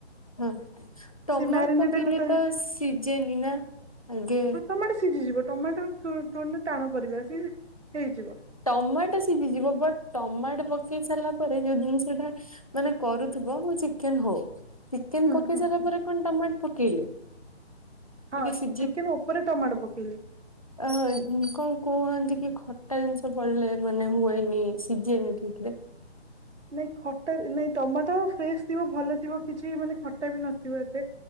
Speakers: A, on the left; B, on the right.
A: ହଁ। ଟମାଟ
B: ସେ ମ୍ୟାରିନେଟ
A: ପକେଇଲେ
B: ହେଲା ତା ଭିତରେ
A: ତ ସିଝେନି ନା ଆଗେ।
B: ହଁ ଟମାଟୋ ସିଝିଯିବ। ଟମାଟୋ ଥୋ ଥୋଡ଼ିନା ଟାଣ ପରିବା ସେ ହେଇଯିବ।
A: ଟମାଟ ସିଝିଯିବ। ବଟ ଟମାଟ ପକେଇ ସାରିଲା ପରେ ଯୋଉ ଜିନିଷ ଟା ମାନେ କରୁଥିବ ମୁଁ ଚିକେନ ହଉ ଚିକେନ
B: ହୁଁ
A: ପକେଇ
B: ହୁଁ
A: ସାରିଲା
B: ହୁଁ
A: ପରେ କଣ ଟମାଟ ପକେଇଲେ?
B: ହଁ
A: ଟିକେ ସିଝି
B: ଚିକେନ ଉପରେ ଟମାଟ ପକେଇଲି।
A: <unintelligible> କଣ କୁହନ୍ତି କି ଖଟା ଜିନିଷ ପଡିଲେ ମାନେ ହୁଏନି ସିଝେନି ଠିକ ରେ।
B: ନାଇଁ ଖଟା ନାଇଁ ଟମାଟୋ ଫ୍ରେଶ ଥିବ ଭଲ ଥିବ କିଛି ମାନେ ଖ ଖାଟା ବି ନଥିବ ଏତେ।